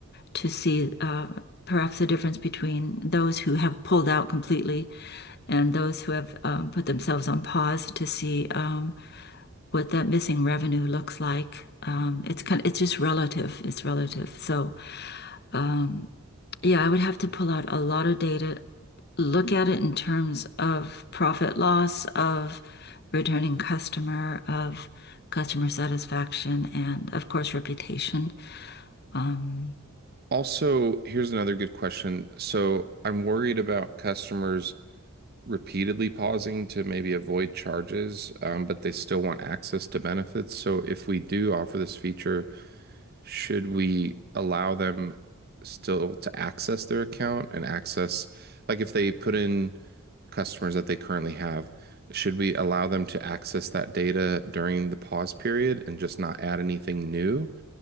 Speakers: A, on the left; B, on the right.
A: to see uh, perhaps the difference between those who have pulled out completely and those who have um, put themselves on pause to see um, what that missing revenue looks like. Um, it's kind of, it's just relative. It's relative. So um, yeah, I would have to pull out a lot of data, look at it in terms of profit loss, of returning customer, of customer satisfaction, and of course reputation. Um,
B: Also, here's another good question. So I'm worried about customers repeatedly pausing to maybe avoid charges, um, but they still want access to benefits. So if we do offer this feature, should we allow them still to access their account and access, like if they put in customers that they currently have, should we allow them to access that data during the pause period and just not add anything new?